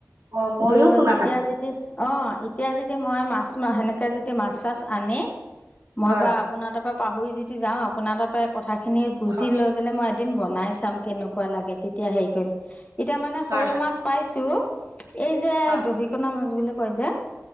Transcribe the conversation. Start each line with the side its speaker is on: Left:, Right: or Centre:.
Right: অঁ ময়ো
Left: দৈ
Right: শুনা
Left: এতিয়া
Right: নাছিলোঁ
Left: যেতি অ এতিয়া যেদি মই মাছ সেনেকে যেতিয়া মাছ চাছ আনে মই
Right: হয়
Left: বা আপোনাৰ তাৰপৰা পাহৰি যদি যাওঁ আপোনাৰ তাৰপৰা কথাখিনি বুজি
Right: হয়
Left: লৈ পেলাই মই এদিন বনাই চাম কেনেকুৱা লাগে। তেতিয়া হেৰি কৰিম এতিয়া মানে
Right: হয়
Left: সৰু
Right: হয়
Left: মাছ পাইছোঁ এই যে
Right: হয়
Left: দহিকণা মাছ বুলি কয় যে।